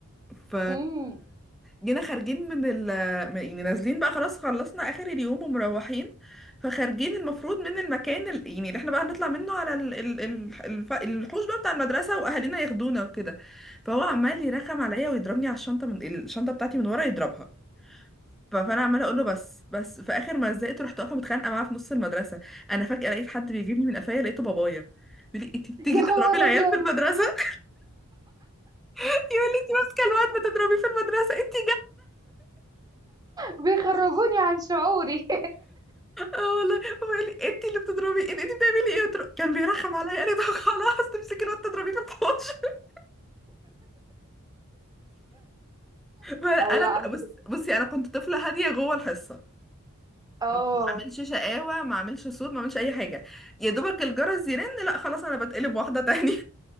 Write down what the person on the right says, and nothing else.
<laughs>
امم
يا خبر
ابيض
بيخرجوني عن شعوري
<laughs>
لا
انا
كنت
اه